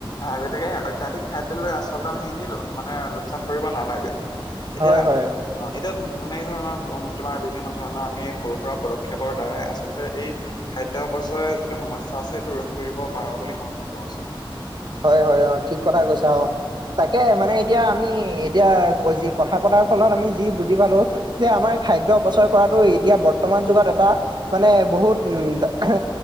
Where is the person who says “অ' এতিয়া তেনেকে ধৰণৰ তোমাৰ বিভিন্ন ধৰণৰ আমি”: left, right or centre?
Left